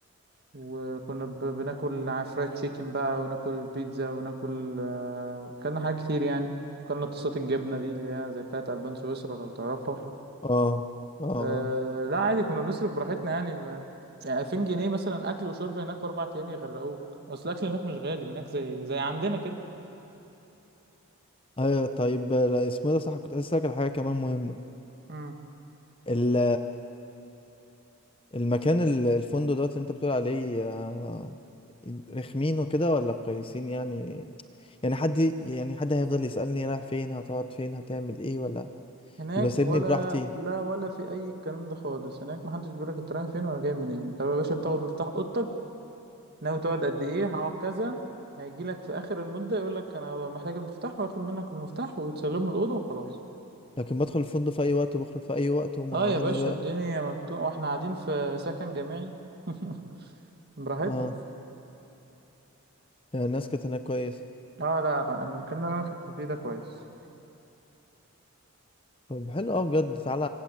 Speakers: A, on the right; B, on the left.
A: وكنا ب... بناكل ع- فرايد تشيكن بقى وناكل بيتزا وناكل آه كلنا حاجات كتير يعني كلنا طاسات الجبنة دي اللي هي زي بتاعت ألبان سويسرا لو تعرفها
B: اه اه
A: آه
B: اه
A: لا عادي كنا بنصرف براحتنا يعني ما يعني 2000 جنيه مثلا اكل وشرب هناك في اربع ايام يغرقوك اصل الاكل هناك مش غالي هناك زي زي عندنا كده
B: ايوه طيب لا اسمه إيه ده صح كنت عايز اسالك على حاجه كمان مهمه
A: امم
B: ال المكان ال- الفندق دوت اللي انت بتقول عليه آه، رخمين وكده ولا كويسين يعني يعني حد يعني حد هيفضل يسالني رايح فين هتقعد فين هتعمل ايه ولا
A: هناك
B: يبقى سيبني
A: ولا
B: براحتي
A: لا ولا في اي الكلام ده خالص هناك محدش بيقولك انت رايح فين ولا جاي منين انت يا باشا بتاخد مفتاح اوضتك ناوي تقعد قد ايه هقعد كذا هيجيلك في اخر المده يقولك انا محتاج المفتاح وياخد منك المفتاح وتسلمه الاوضه وخلاص
B: لكن بدخل الفندق في اي وقت وبخرج في اي وقت وما
A: اه يا
B: حدش
A: باشا
B: بقى
A: الدنيا مفتوحه واحنا قاعدين في سكن جامعي <laughs> براحتنا
B: اه يعني الناس كانت هناك كويسة
A: اه لا لا المكان اللي انا كنت فيه ده كويس
B: طب حلو أوي بجد تعالى